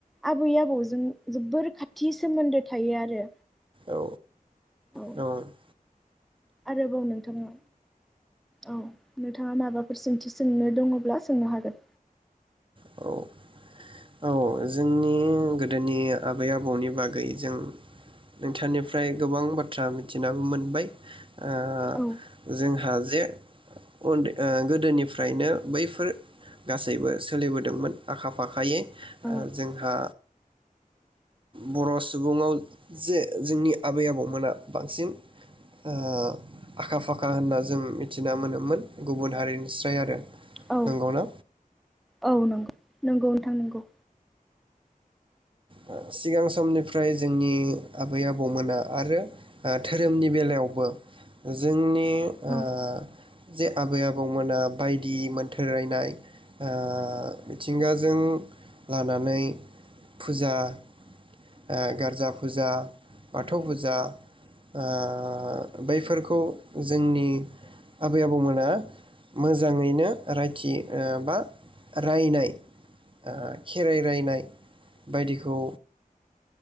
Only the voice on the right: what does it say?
औ
नं
औ औ जोंनि गोदोनि आबै आबौनि बागै जों नोंथांनिफ्राय गोबां बाथ्रा मिथिनाबो मोनबाय ओ
जोंहा जे उन्दै ओ गोदोनिफ्रायनो बैफोर गासैबो सोलिबोदोंमोन आखा फाखायै ओ
जोंहा बर' सुबुंआव जे जोंनि आबै आबौमोना बांसिन ओ आखा फाखा होनना जों मिथिना मोनोमोन गुबुन हारिनिस्राय आरो
नंगौना
ओ सिगां समनिफ्राय जोंनि आबै आबौमोना आरो ओ धोरोमनि बेलायावबो जोंनि ओ
जे आबै आबौमोना बायदि मोन्थोर रायनाय ओ मिथिंगाजों लानानै फुजा ओ गारजा फुजा बाथौ फुजा ओ बैफोरखौ जोंनि आबै आबौमोना मोजाङैनो रायथि ओ बा रायनाय ओ खेराइ रायनाय बायदिखौ